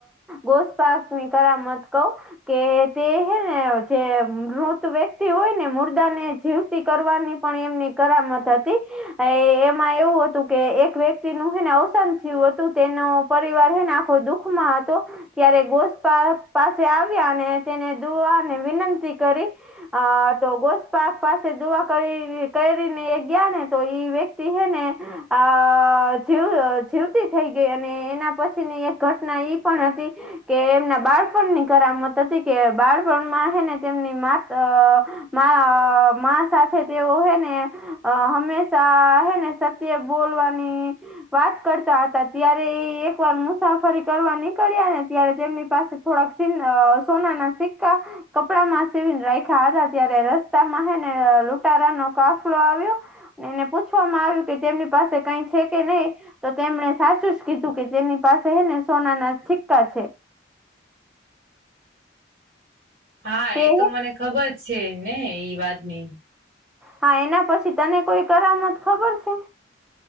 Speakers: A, in the centre; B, on the right.
A: ગોસ્ પાકની કરામત કવ. કે તે હે ને જે મૃત વ્યક્તિ હોય ને. મુર્દા ને જીવતી કરવાની પણ એમની કરામત હતી, એ એમાં એવું હતું. કે એક વ્યક્તિ નું હેને અવસાન થયું હતું તેનો પરિવાર હેને આખો દુખમાં હતો. ત્યારે ગોસ્પા પાસે આવ્યા અને તેને દોવાને વિનંતી કરી. અ તો ગોસ્પક પાસે દુઆ કરી કરીને એ ગયા ને તો ઈ વ્યક્તિ હે ને. અ જીવ જીવતી થઈ ગઈ અને એના પછીની એક ઘટના ઈ પણ હતી. કે એમના બાળપણની કરમત હતી કે બાળપણમાં છે ને તેમની માત મા સાથે તેઓ હે ને, અ હંમેશા હે ને. તે બોલવાની. વાત કરતા હતા ત્યારે એ એક વાર મુસાફરી કરવા નીકળ્યા ને ત્યારે તેમની પાસે થોડાક સી સોના ના સિક્કા, કપડામાં સેવીને રાખ્યા હતા. ત્યારે રસ્તામાં હ ને લુંટારા નો કાફલો આવ્યો. એને પૂછવામાં આવ્યું કે તેમની પાસે કઈ છે કે નહી. તો તેમણે સાચું જ કીધું કે તેની પાસે હે ને સોના ના સિક્કા છે.
B: હા
A: તે
B: એ તો મને ખબર જ છે એમને એ વાત નઈ.
A: હા એના પછી તને કોઈ કરામત ખબર છે?